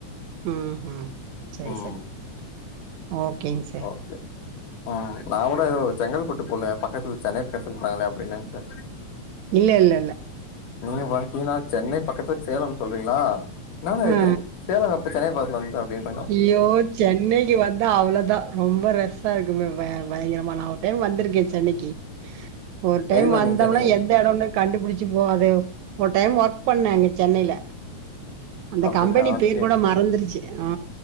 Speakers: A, on the right (about 75°); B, on the left (about 75°).
A: ம் ம் சேரி
B: ம்
A: சேரி ஓகேங்க சா
B: செரி ஆ நா கூட ஏதோ செங்கல்பட்டு போலன் பக்கத்து சென்னை பக்கத்துல இருக்காங்களே அப்டினு நெனச்சே
A: இல்ல இல்ல இல்ல
B: நீங்க பாத்தீங்னா சென்னை பக்கத்து சேலம் சொல்றீங்களா என்னால்ல
A: ஆ
B: இது சேலங்க அப்ப சென்னை பத்துல வந்து அப்டினு
A: யோ சென்னைக்கு வந் அவ்ளதா ரொம்ப ரெஸ்ஸா இருக்குமே பயங்கரமா நா ஒரு டைம் வந்திருக்கே சென்னைக்கு ஒரு டைம்
B: எதுக்கு வந்தீங்க
A: வந்தோம்னா
B: சென்னை
A: எந்த இடம்னே கண்டுபிடிச்சு போ அது ஒரு டைம் ஒர்க் பண்ண அங்க சென்னையில அந்த
B: அப்டிங்களா
A: கம்பெனி
B: ஓகே
A: பேர் கூட மறந் துருச்சு ஆ